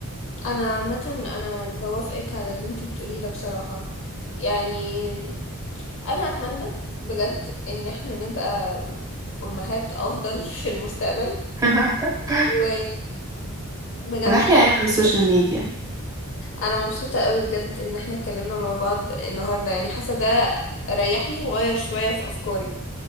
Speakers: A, on the left; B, on the right.
A: انا عامة انا بوافقك على اللي انت بتقوليه ده بصراحة يعني انا اتمنى بجد ان احنا نبقى امهات افضل <laughs> في المستقبل
B: <laughs>
A: و بجد
B: ونحمي عيالنا من السوشيال ميديا
A: انا مبسوطة قوي بجد ان احنا اتكلمنا مع بعض النهاردة يعني حاسة ده ريحني وغير شوية في افكاري